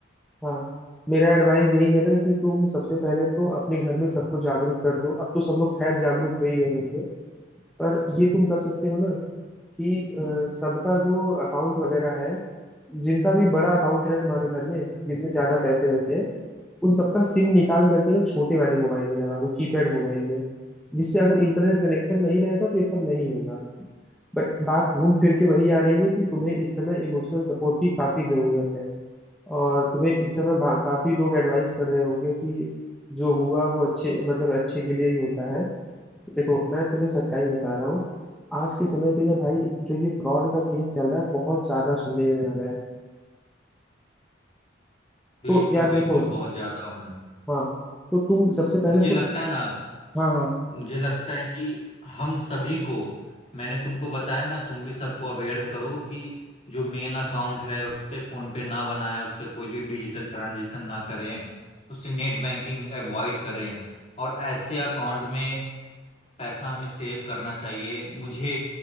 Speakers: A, in the centre; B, on the left.
A: हाँ मेरा एडवाइस यही है ना कि तुम सबसे पहले तो अपने घर में सबको जागरूक कर दो अब तो सब लोग खैर जागरूक हो ही गए होंगे पर ये तुम कर सकते हो ना कि अ, सबका जो अकाउंट वगैरह है जिनका भी बड़ा अकाउंट है ना तुम्हारे घर में जिसमें ज्यादा पैसे वैसे हैं उन सबका सिम निकाल करके ना छोटे वाले मोबाइल में लगा दो कीपैड मोबाइल में जिससे अगर इंटरनेट कनेक्शन नहीं रहेगा तो ये सब नहीं होगा बट बात घूम फिर के वही आ रही है कि तुम्हें इस समय इमोशनल सपोर्ट की काफी जरूरत है और तुम्हें इस समय बा- काफी लोग एडवाइस कर रहे होंगे कि जो हुआ वो अच्छे मतलब अच्छे के लिए ही होता है देखो मैं तुम्हें सच्चाई बता रहा हूँ आज के समय पे ना भाई जो ये फ्रॉड का केस चल रहा है बहुत ज्यादा सुनने में आ रहा है
B: बिल्कुल
A: तो यार देखो
B: बिल्कुल बहुत ज्यादा हो रहा है
A: हाँ तो तुम सबसे पहले
B: मुझे
A: तो
B: लगता है ना
A: हाँ हाँ
B: मुझे लगता है कि हम सभी को मैंने तुमको बताया ना तुम भी सबको अवेयर करो कि जो मेन अकाउंट है उस पे फोन पे ना बनाएं उस पे कोई भी डिजिटल ट्रांजेक्शन ना करें उससे नेट बैंकिंग अवॉइड करें और ऐसे अकाउंट में पैसा हमें सेव करना चाहिए मुझे